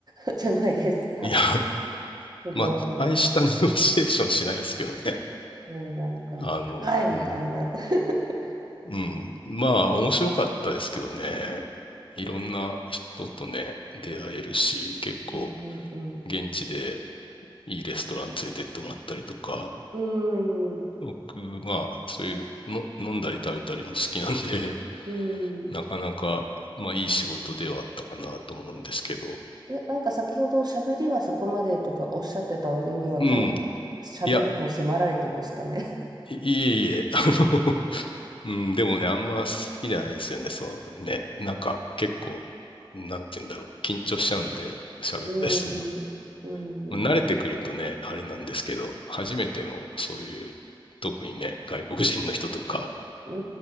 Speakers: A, on the right; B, on the left.
A: <laughs> じゃないですか。
B: いや、
A: すごい。
B: まあ、大した <laughs> ネゴシエーションしないですけどね。
A: もうなんか、
B: あの、
A: 高いみたいな。
B: うん、
A: <laughs>
B: うん。まあ、面白かったですけどね。いろんな人とね、
A: うん、
B: 出会えるし、結構、
A: うん、うん。うん、
B: 現地でいいレストラン連れてってもらったりとか、
A: うん。
B: 僕、まあ、そういうの、飲んだり食べたりも好きなんで、
A: うん
B: <laughs> なかなか、まあ、いい仕事ではあったかなと思うんですけど。
A: でなんか先ほど、しゃべりはそこまでとかおっしゃってた割には、
B: うん。
A: かなりしゃべりも迫られてましたね。
B: いや、いいえいえ、<laughs> あの、うん、でもね、あんま好きじゃないんですよね。そのね、なんか、結構、なんて言うんだろう、緊張しちゃうんで、
A: <laughs>
B: 喋ったりするの。
A: うん、うん、
B: 慣れてくるとね、あれなんですけど、初めてのそういう、特にね、外国人の人とか、
A: う